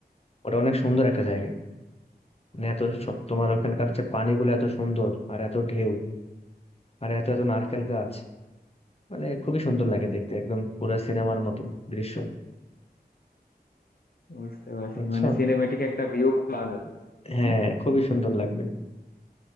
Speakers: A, on the left; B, on the left.
A: ওটা অনেক সুন্দর একটা জায়গা মানে এত সব তোমার ওখানকার
B: আচ্ছা
A: যে পানিগুলো এত সুন্দর আর এত ঢেউ আর এত এত নারকেল গাছ মানে খুবই সুন্দর লাগে দেখতে একদম পুরো সিনেমার মতো দৃশ্য
B: বুঝতে পারছি
A: বুঝছো
B: মানে সিনেমেটিক একটা ভিউ পাওয়া যাবে তাই
A: হ্যাঁ
B: না
A: খুবই সুন্দর লাগবে